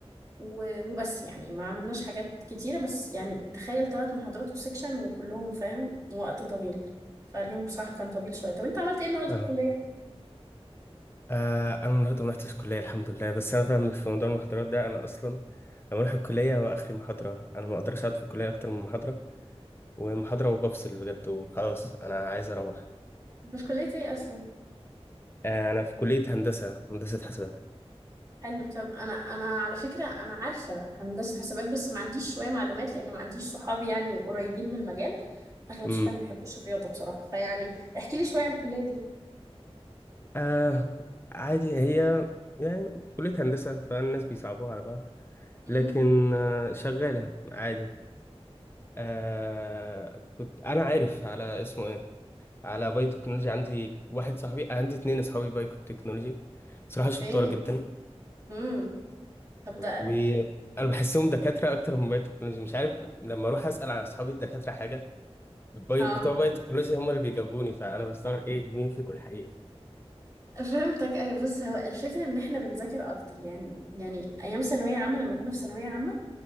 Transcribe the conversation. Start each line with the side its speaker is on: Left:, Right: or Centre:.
Right: و- وبس يعني ما عملناش حاجات كتيرة بس يعني تخيل ثلاث محاضرات وسكشن وكلهم فاهم وقت طويل فاليوم بصراحة كان طويل شوية طب انت عملت ايه النهاردة
Left: اه,
Right: في الكلية احكي
Left: آه انا النهاردة ما رحتش الكلية الحمد لله بس انا فاهمك في موضوع المحاضرات ده انا اصلا لما اروح الكلية هو اخري محاضرة انا ما اقدرش اقعد في الكلية اكتر من محاضرة ومحاضرة وبفصل بجد وخلاص انا عايز اروح
Right: مش كلية ايه اصلا
Left: آه انا في كلية هندسة هندسة حاسبات
Right: حلو طب انا انا على فكرة انا عارفة هندسة حسابات بس ما عنديش شوية معلومات لان ما عنديش صحابي يعني قريبين من المجال اغلب
Left: امم
Right: صحابي ما بيحبوش الرياضة بصراحة فيعني احكي لي شوية عن الكلية دي
Left: آه عادي هي يعني كلية هندسة فالناس بيصعبوها على بعض
Right: امم
Left: لكن آه شغالة عادي آه كنت انا عارف على اسمه ايه على باي تكنولوجي عندي واحد صاحبي عندي اتنين اصحابي باي تكنولوجي صراحه شطار
Right: ايه
Left: جدا
Right: امم طب ده
Left: وانا بحسهم دكاتره اكتر من باي تكنولوجي مش عارف لما اروح اسال على اصحابي الدكاتره حاجه باي
Right: اه
Left: بتوع باي تكنولوجي هم اللي بيجاوبوني فانا بستغرب ايه مين فيكم الحقيقي
Right: فهمتك ايوه بص هو الفكره ان احنا بنذاكر اكتر يعني يعني ايام ثانويه عامه لما كنا في ثانويه عامه